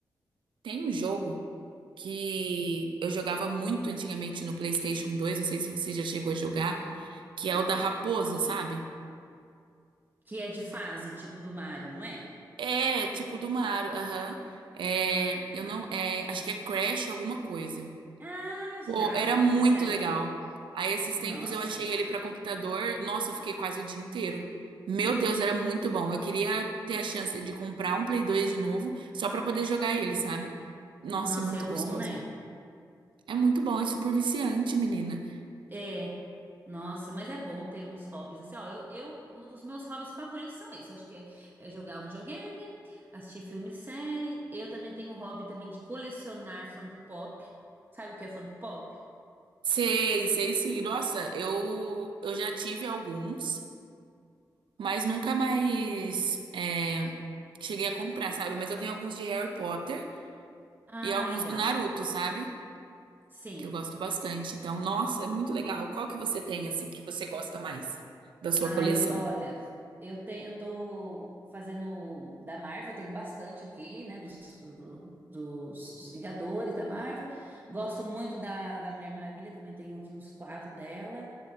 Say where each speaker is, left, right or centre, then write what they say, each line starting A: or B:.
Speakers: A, on the right; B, on the right.
A: Tem um jogo que eu jogava muito antigamente no PlayStation 2, não sei se você já chegou a jogar, que é o da raposa, sabe?
B: Que é de fase, tipo do Mario, não é?
A: É, tipo do Mario, aham. É, eu não, é, acho que é Crash alguma coisa.
B: Ah,
A: Pô,
B: já,
A: era
B: nossa,
A: muito
B: esse aí,
A: legal. Aí esses tempos
B: nossa.
A: eu achei ele pra computador. Nossa, eu fiquei quase o dia inteiro. Meu Deus, era muito bom. Eu queria ter a chance de comprar um Play 2 de novo, só pra poder jogar ele, sabe? Nossa,
B: Nossa,
A: é muito
B: é bom,
A: gostoso.
B: né?
A: É muito bom, é super viciante, menina.
B: É. Nossa, mas é bom ter uns hobbies assim, ó, eu, eu, os meus hobbies favoritos são esses, acho que é, é jogar o videogame, assistir filme e série, eu também tenho um hobby também de colecionar Funko Pop, sabe o que é Funko Pop?
A: Sei, sei sim. Nossa, eu, eu já tive alguns, mas nunca mais é, cheguei a comprar, sabe? Mas eu tenho alguns de Harry Potter
B: Ah,
A: e alguns
B: legal,
A: do Naruto, sabe?
B: sim.
A: que eu gosto bastante. Então, nossa, é muito legal. Qual que você tem, assim, que você gosta mais da sua
B: Ah,
A: coleção?
B: eu, olha, eu tenho, eu tô fazendo da Marvel, tenho bastante aqui, né, dos, do- dos, dos Vingadores da Marvel. Gosto muito da, da Mulher Maravilha, também tenho aqui uns quatro dela.